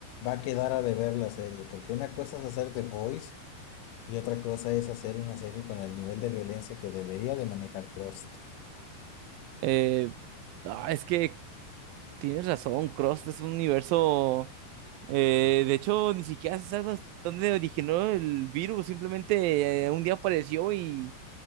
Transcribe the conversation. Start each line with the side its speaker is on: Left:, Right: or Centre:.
Left: va a quedar a deber la serie, porque una cosa es hacer The Boys y otra cosa es hacer una serie con el nivel de violencia que debería de manejar Crust.
Right: Eh, ah, es que Tienes razón, Cross es un universo. eh, de hecho, ni siquiera se sabe hasta dónde originó el virus, simplemente eh, un día apareció y,